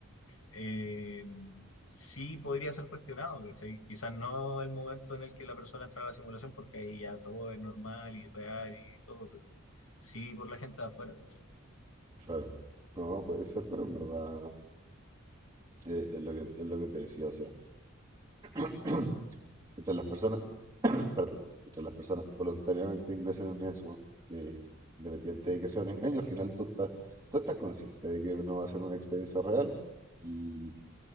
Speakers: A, on the left; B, on the right.
A: eh, sí podría ser cuestionado, ¿cachai? Quizás no el momento en el que la persona entra a la simulación, porque ahí ya todo es normal y real y todo, pero sí por la gente de afuera, ¿cachai?
B: claro. No, puede ser, pero en verdad eh, es lo que, es lo que te decía. O sea, <clears throat> mientras las personas, <clears throat> perdón, mientras las personas voluntariamente ingresen en eso, eh, independiente de que sea un engaño, al final tú estás, tú estás consciente de que no va a ser una experiencia real y,